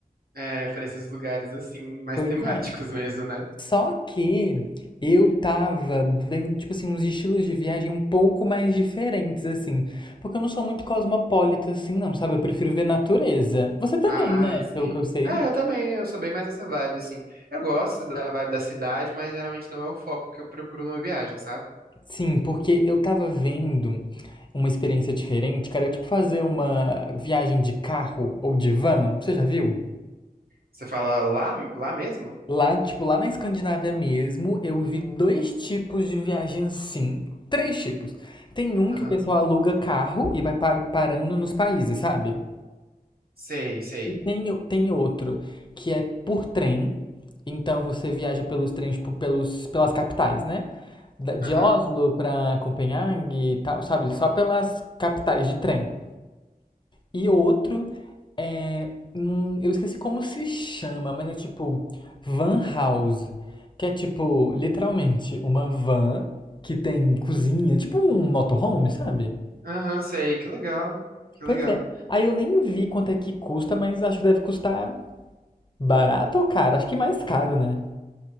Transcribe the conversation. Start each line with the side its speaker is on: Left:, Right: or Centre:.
Right: É, pra esses lugares assim, mais
Left: Pois
Right: temáticos
Left: é.
Right: mesmo, né?
Left: Só que eu tava vendo, tipo assim, uns estilos de viagem um pouco mais diferentes, assim. Porque eu não sou muito cosmopolita, assim, não, sabe? Eu prefiro ver natureza. Você também,
Right: Ai,
Left: né?
Right: sim.
Left: Pelo que eu sei.
Right: É, eu também, eu sou bem mais essa vibe, assim. Eu gosto da vibe da cidade, mas geralmente não é o foco que eu procuro numa viagem, sabe?
Left: Sim, porque eu tava vendo uma experiência diferente, cara, tipo fazer uma viagem de carro ou de van. Você já viu?
Right: Você fala lá, lá mesmo?
Left: Lá, tipo, lá na Escandinávia mesmo, eu vi dois tipos de viagem assim. Três tipos. Tem um
Right: Aham.
Left: que o pessoal aluga carro e vai pa- parando nos países, sabe?
Right: Sei, sei.
Left: E tem, o- tem outro que é por trem. Então você viaja pelos trens, tipo, pelos, pelas capitais, né? Da- De
Right: Aham.
Left: Oslo pra Copenhague e tal, sabe? Só pelas capitais de trem. E outro é. hum, eu esqueci como se chama, mas é tipo Van House. Que é tipo, literalmente, uma van que tem cozinha, tipo um motorhome, sabe?
Right: Aham, sei. Que legal. Que
Left: Pois
Right: legal.
Left: é. Aí eu nem vi quanto é que custa, mas acho que deve custar barato ou caro? Acho que mais caro, né?